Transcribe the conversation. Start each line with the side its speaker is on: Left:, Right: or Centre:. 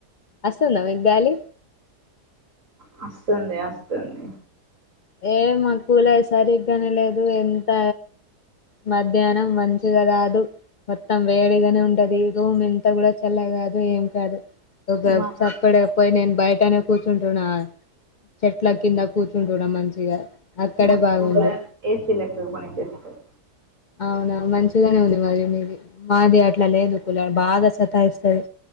Left: వస్తాందా మీకు గాలి
Right: వస్తుంది వస్తుంది
Left: ఏ మాకూలర్ సరిగ్గానే లేదు ఎంత మధ్యాహ్నం మంచిగ రాదు మొత్తం వేడిగానే ఉండది రూమ్ ఇంత కూడా చల్ల గాదు ఏం కాదు ఒక
Right: మహారాజా
Left: చక్కడ పోయి నేను బయటనే కూర్చుంటున్నా చెట్ల కింద కూర్చుంటుడం మంచిగా అక్కడే
Right: మా
Left: బాగుంది
Right: ఏసీలక్క కొని చేస్తారు
Left: అవునా మంచిగానే ఉంది మరి మీది మాది అట్లా లేదు కూలర్ బాగా సతాయిస్తది